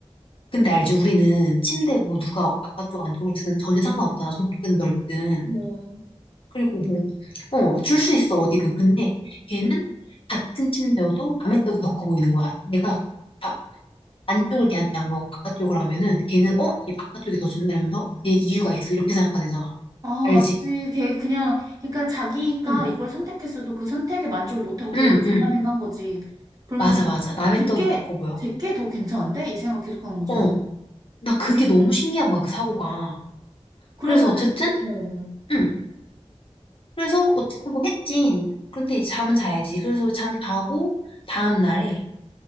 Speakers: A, on the left; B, on the right.
A: 근데 알지? 우리는 침대 뭐 누가 바깥쪽 안쪽으로 쓰든 전혀 상관없잖아. 좁든 넓든.
B: 음. 어.
A: 그리고 뭐, 어, 줄 수 있어 어디든. 근데 걔는 같은 침대여도 남의 떡이 더 커 보이는 거야. 내가 바- 안쪽을 걔한테 양보하고 바깥쪽을 하면은 걔는 어? 얘 바깥쪽이 더 좋나 면서 얘 이유가 있어. 이렇게 생각하는 애잖아.
B: 아,
A: 알지?
B: 맞지. 걔 그냥, 그러니까 자기가
A: 응,
B: 이걸 선택했어도 그 선택에 만족을 못하고 계속
A: 응, 응.
B: 긴가민가한 거지. 그러면서
A: 맞아, 맞아. 남의
B: 제게,
A: 떡이 더 커 보여.
B: 제게 더 괜찮은데? 이 생각 계속 하는 거잖아.
A: 어, 나 그게 너무 신기한 거야, 그 사고가.
B: 그러면은,
A: 그래서 어쨌든,
B: 어,
A: 응. 그래서 어쨌든 뭐 했지. 그런데 이제 잠은 자야지. 그래서 잠 자고 다음 날에